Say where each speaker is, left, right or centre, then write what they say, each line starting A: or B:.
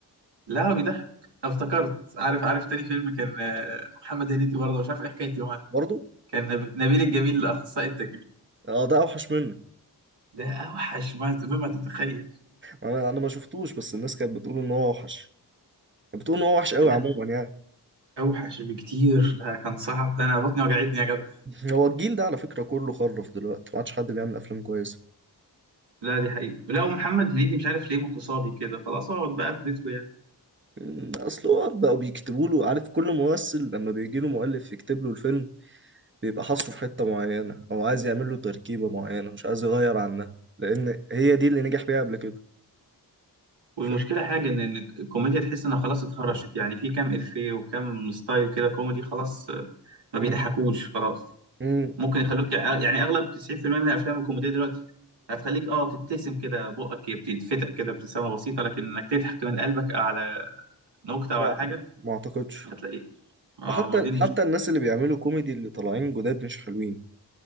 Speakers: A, on the right; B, on the right.
A: لا هو بيضحك افتكرت عارف عارف تاني فيلم كان آه، محمد هنيدي برضه مش عارف ايه حكايتي معاه
B: برضه
A: كان نبي- نبيل الجميل الاخصائي التجميل
B: اه ده اوحش منه
A: ده اوحش ما ما تتخيل
B: انا انا ما شفتوش بس الناس كانت بتقول ان هو اوحش كانت بتقول ان هو وحش قوي
A: لا
B: عموما يعني
A: اوحش بكتير ده كان صعب ده انا بطني وجعتني يا جدع
B: <laughs> هو الجيل ده على فكره كله خرف دلوقتي ما عادش حد بيعمل افلام كويسه
A: لا دي حقيقة لا ومحمد هنيدي مش عارف ليه متصابي كده خلاص اقعد بقى في بيتكم يعني
B: أمم، اصل هو بقوا بيكتبوا له عارف كل ممثل لما بيجي له مؤلف يكتب له الفيلم بيبقى حاصره في حته معينه او عايز يعمل له تركيبه معينه مش عايز يغير عنها لان هي دي اللي نجح بيها قبل كده
A: والمشكلة
B: ف...
A: حاجة ان إن الكوميديا تحس انها خلاص اتهرشت يعني في كام افيه وكام ستايل كده كوميدي خلاص آه، ما بيضحكوش
B: أمم،
A: خلاص
B: أمم،
A: ممكن يخلوك يعني اغلب 90% من الافلام الكوميدية دلوقتي هتخليك اه تبتسم كده بقك بتتفتح كده ابتسامة بسيطة لكن انك تضحك من قلبك على نكتة
B: يعني
A: وعلى حاجة
B: ما اعتقدش
A: هتلاقيه اه
B: وحتى
A: ما دي المشكلة
B: حتى الناس اللي بيعملوا كوميدي اللي طالعين جداد مش حلوين